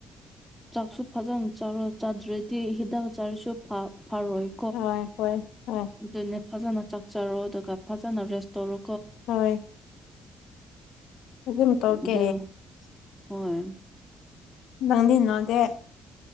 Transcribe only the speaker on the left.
ꯍ ꯍꯣꯏ ꯑ
ꯍꯣꯏ ꯑꯗꯨꯝ ꯇꯧꯒꯦ
ꯅꯪꯗꯤꯅꯗꯦ